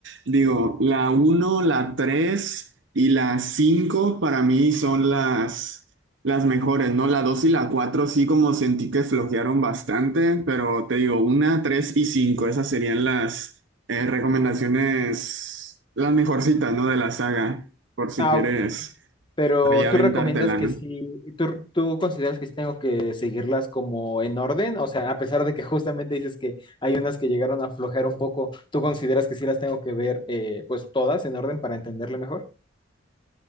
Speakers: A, on the right; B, on the left.
A: digo, la uno, la tres y la cinco para mí son las las mejores, ¿no? La 2 y la 4 sí como sentí que flojearon bastante, pero te digo, una, 3 y 5 esas serían las eh, recomendaciones, las mejorcitas, ¿no? De la saga, por si
B: Ah,
A: quieres
B: ok, Pero
A: ahí aventártela,
B: tú recomiendas que
A: ¿no?
B: sí, tú, tú consideras que sí tengo que seguirlas como en orden, o sea, a pesar de que justamente dices que hay unas que llegaron a aflojar un poco, ¿tú consideras que sí las tengo que ver eh, pues todas en orden para entenderle mejor?